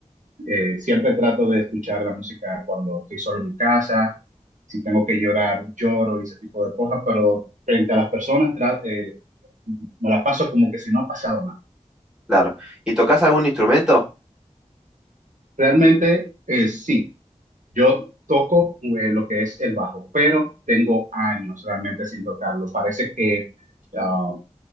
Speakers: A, on the right; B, in the centre.
A: Eh, siempre trato de escuchar la música cuando estoy solo en mi casa, si tengo que llorar, lloro y ese tipo de cosas, pero frente a las personas tra- eh, me la paso como que si no ha pasado nada.
B: Claro. ¿Y tocas algún instrumento?
A: Realmente eh, sí, yo toco eh, lo que es el bajo, pero tengo años realmente sin tocarlo. Parece que ah,